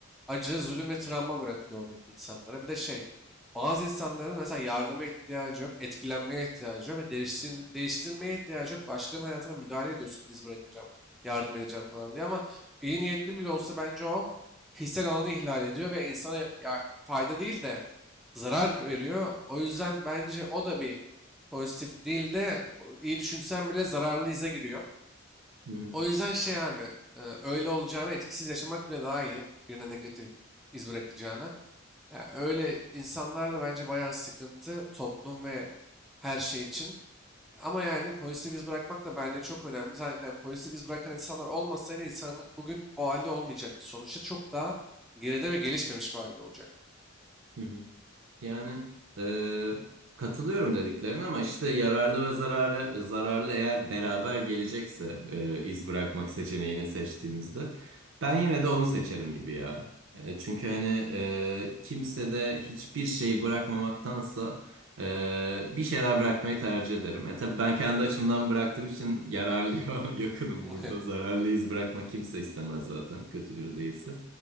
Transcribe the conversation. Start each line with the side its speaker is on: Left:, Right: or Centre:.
Centre: acı, zulüm ve travma bırakıyor oradaki insanlara. Bir de şey, bazı insanların mesela yardıma ihtiyacı yok, etkilenmeye ihtiyacı yok ve değiştirin- değiştirilmeye ihtiyacı yok. Başkanın hayatına müdahale ediyorsun, iz bırakacağım, yardım edeceğim falan diye ama iyi niyetli bile olsa bence o kişisel alanı ihlal ediyor ve insana ya, fayda değil de zarar veriyor. O yüzden bence o da bir Pozitif değil de iyi düşünsen bile zararlı ize giriyor.
Right: hı hı,
Centre: O yüzden şey abi e, öyle olacağına etkisiz yaşamak bile daha iyi. Birine negatif iz bırakacağına. Ya öyle insanlar da bence bayağı sıkıntı toplum ve her şey için. Ama yani pozitif iz bırakmak da bence çok önemli. Zaten pozitif iz bırakan insanlar olmasaydı insanlık bugün bu halde olmayacaktı. Sonuçta çok daha geride ve gelişmemiş bir halde olacak.
Right: hı hı. Yani e, katılıyorum dediklerine ama işte yararlı ve zararı zararlı eğer beraber gelecekse e, iz bırakmak seçeneğini seçtiğimizde ben yine de onu seçerim gibi ya. E, çünkü hani e, kimse de hiçbir şeyi bırakmamaktansa e, bir şeyler bırakmayı tercih ederim. Ya tabii ben kendi açımdan bıraktığım için yararlıya <laughs> yakınım
Centre: <laughs>
Right: burada.
Centre: Evet.
Right: Zararlı iz bırakmak kimse istemez zaten kötü biri değilse.